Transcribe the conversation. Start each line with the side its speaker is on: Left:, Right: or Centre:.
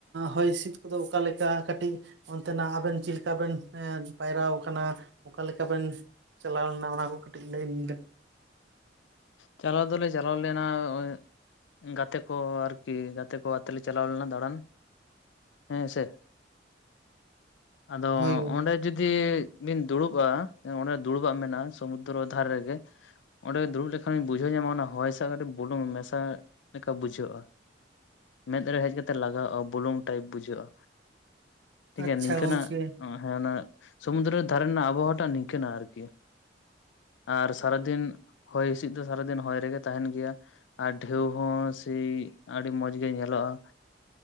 Right: ᱦᱚᱭ ᱦᱤᱸᱥᱤᱫ ᱠᱚᱫᱚ ᱚᱠᱟᱮᱠᱟ ᱠᱟᱹᱴᱤᱜ ᱚᱱᱛᱮᱱᱟᱜ ᱟᱵᱮᱱ ᱪᱮᱫ ᱞᱮᱠᱟ ᱵᱮᱱ <unintelligible> ᱯᱟᱭᱨᱟᱣ ᱠᱟᱱᱟ ᱚᱠᱟ ᱞᱮᱠᱟ ᱵᱮᱱ ᱪᱟᱞᱟᱣ ᱞᱮᱱᱟ ᱚᱱᱟ ᱠᱚ ᱠᱟᱹᱴᱤᱜ ᱞᱟᱹᱭᱟᱹᱧ ᱵᱮᱱ ᱾
Left: ᱪᱟᱞᱟᱣ ᱫᱚᱞᱮ ᱪᱟᱞᱟᱣ ᱞᱮᱱᱟ <unintelligible> ᱜᱟᱛᱮ ᱠᱚ ᱟᱨᱠᱤ, ᱜᱟᱛᱮ ᱠᱚ ᱟᱛᱮ ᱞᱮ ᱪᱟᱞᱟᱣ ᱞᱮᱱᱟ ᱫᱟᱬᱟᱱ ᱦᱮᱸ ᱥᱮ ᱟᱫᱚ
Right: ᱦᱳᱭ ᱜᱚᱝᱠᱮ
Left: ᱚᱸᱰᱮ ᱡᱩᱫᱤ ᱵᱤᱱ ᱫᱩᱲᱩᱵᱼᱟ ᱚᱱᱮ ᱫᱩᱲᱩᱵᱟᱜ ᱢᱮᱱᱟᱜᱼᱟ ᱥᱚᱢᱩᱫᱨᱚ ᱫᱷᱟᱨᱮ ᱜᱮ ᱚᱸᱰᱮ ᱫᱩᱲᱩᱵ ᱞᱮᱠᱷᱟᱱᱤᱧ ᱵᱩᱡᱷᱟᱹᱣ ᱧᱟᱢᱟ ᱚᱱᱟ ᱦᱚᱭ ᱥᱟᱶᱟᱜ ᱠᱟᱹᱴᱤᱜ ᱵᱩᱞᱩᱝ ᱢᱮᱥᱟ ᱞᱮᱠᱟ ᱵᱩᱡᱷᱟᱹᱜᱼᱟ ᱢᱮᱫ ᱨᱮ ᱦᱮᱡ ᱠᱟᱛᱮ ᱞᱟᱜᱟᱣᱼᱟ ᱵᱩᱞᱩᱝ ᱴᱟᱭᱤᱯ ᱵᱩᱡᱷᱟᱹᱜᱼᱟ ᱴᱷᱤᱠᱜᱮᱭᱟ
Right: ᱟᱪᱪᱷᱟ
Left: ᱱᱤᱝᱠᱟᱹᱱᱟᱜ
Right: ᱜᱚᱝᱠᱮ
Left: ᱚᱸ ᱦᱮᱸ ᱚᱱᱟ ᱥᱚᱢᱩᱱᱫᱚᱨᱚ ᱫᱷᱟᱨᱮ ᱨᱮᱱᱟᱜ ᱟᱵᱚ ᱦᱚ ᱴᱟᱜ ᱱᱤᱝᱠᱟᱹᱱᱟᱜ ᱟᱨᱠᱤ ᱟᱨ ᱥᱟᱨᱟ ᱫᱤᱱ, ᱦᱚᱭ ᱦᱤᱥᱤᱫ ᱫᱚ ᱥᱟᱨᱟᱫᱤᱱ ᱦᱚᱭ ᱨᱮᱜᱮ ᱛᱟᱦᱮᱱ ᱜᱮᱭᱟ ᱟᱨ ᱰᱷᱮᱣ ᱦᱚᱸ ᱥᱮᱭᱻ ᱟᱹᱰᱤ ᱢᱚᱸᱡ ᱜᱮ ᱧᱮᱞᱚᱜᱼᱟ